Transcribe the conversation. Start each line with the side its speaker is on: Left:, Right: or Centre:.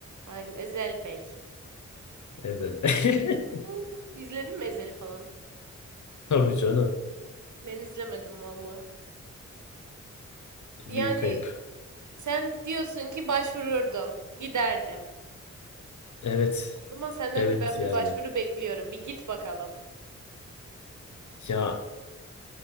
Right: Aynen. Ezel Bey.
Left: Ezel. <laughs>
Right: Aynen. İzledin mi Ezel'i falan?
Left: Tabii canım.
Right: Ben izlemedim valla.
Left: Büyük
Right: Yani
Left: kayıp.
Right: sen diyorsun ki başvururdum. Giderdim.
Left: Evet.
Right: O zaman senden
Left: Evet
Right: de ben bir
Left: yani.
Right: başvuru bekliyorum. Bir git bakalım.
Left: Ya